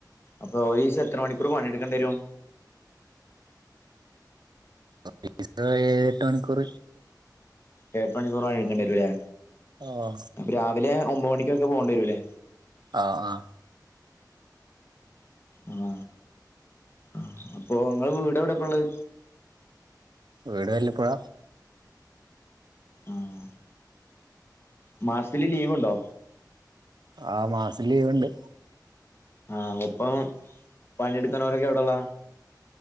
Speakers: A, on the left; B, on the right.
A: അപ്പൊ ഒരുശം എത്ര മണിക്കൂർ പണിയെടുക്കേണ്ടി വരുോ
B: പൈസ ഏഴെട്ട് മണിക്കൂർ
A: എഏട്ട് മണിക്കൂറണ് എക്കേണ്ടിരൂല്ലേ
B: ആഹ്
A: അ രാവിലെ ഒമ്പ മണിക്ക് ൊക്കെ പോകണ്ടി വരൂല്ലേ
B: ആഹ ആഹ
A: ആഹ ആ അപ്പൊ നിങ്ങ വീട് എവിടെപ്പ ഉള്ളത്
B: വീട് വല്ലപ്പഴ
A: ആഹ മാസത്തില് ലീവ്ുണ്ടോ
B: ആ മാസ ലീവുണ്ട്
A: ആഹ ഒപ്പം പണിയെടുക്കൻോരൊക്കെ എവിടെള്ളാ